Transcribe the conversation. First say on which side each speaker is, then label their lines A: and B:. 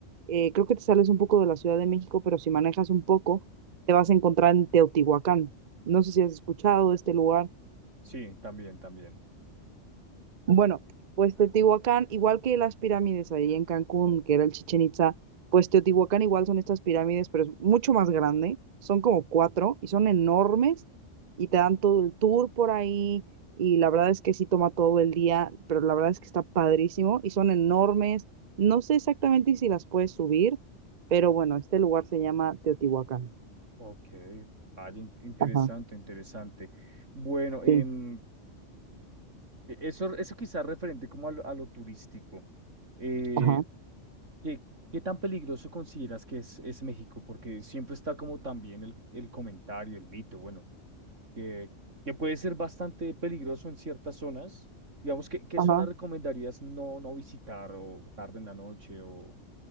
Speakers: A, on the right; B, on the right.
A: eh, creo que te sales un poco de la Ciudad de México, pero si manejas un poco, te vas a encontrar en Teotihuacán. No sé si has escuchado de este lugar.
B: Sí, también, también.
A: Bueno, pues Teotihuacán, igual que las pirámides ahí en Cancún, que era el Chichen Itza, pues Teotihuacán igual son estas pirámides, pero es mucho más grande. Son como cuatro y son enormes y te dan todo el tour por ahí y la verdad es que sí toma todo el día, pero la verdad es que está padrísimo y son enormes. No sé exactamente si las puedes subir, pero bueno, este lugar se llama Teotihuacán.
B: Ok. Vaya, in- interesante,
A: Ajá,
B: interesante. Bueno, em,
A: sí,
B: e- eso, eso quizás referente como a lo, a lo turístico. Eh,
A: ajá,
B: ¿Qué, qué tan peligroso consideras que es, es México? Porque siempre está como también el, el comentario, el mito, bueno, que, que puede ser bastante peligroso en ciertas zonas. Digamos, ¿qué, qué
A: ajá.
B: zona recomendarías no, no visitar o tarde en la noche? O,